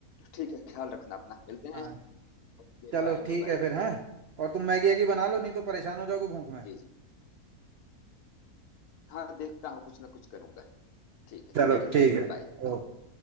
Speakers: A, on the left; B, on the right.
A: ठीक है ख्याल रखना अपना मिलते
B: हाँ
A: हैं ओके
B: चलो
A: बाय मेरे
B: ठीक
A: भाई
B: है फिर हाँ और तुम मैगी वैगी बना लो नहीं तो परेशान हो जाओगे भूख में
A: जी जी हाँ देखता हूँ कुछ ना कुछ करूंगा ठीक है
B: चलो
A: मिलते
B: ठीक
A: हैं
B: है
A: बाय
B: ओके